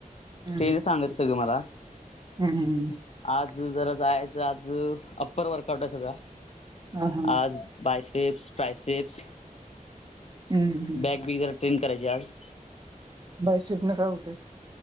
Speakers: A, on the right; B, on the left.
A: हम्म
B: तेन सांगत सगळं मला.
A: हम्म हम्म
B: आज जरा जायचं आज अप्पर वर्कआउट आहे सगळा.
A: हा हा
B: आज बायसेप्स, ट्रायसेप्स.
A: हम्म
B: बॅग बी जरा ट्रेन करायची आज
A: बायसेप न काय होतंय‌?